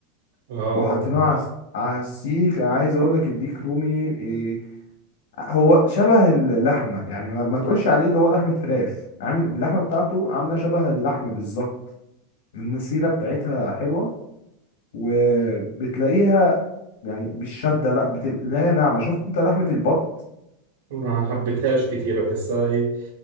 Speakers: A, on the right; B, on the left.
A: اه
B: وحطيناها على اه على السيخ عايز اقول لك الديك رومي آه، هو شبه اللحمة يعني ما, ما تقولش عليه اللي هو لحمة فراخ عامل اللحمة بتاعته عاملة شبه اللحمة بالظبط النسيرة بتاعتها حلوة وبتلاقيها يعني مش شادة لا بتلاقيها ناعمة شفت انت لحمة البط
A: ما حبيتهاش كتير بحسها ايه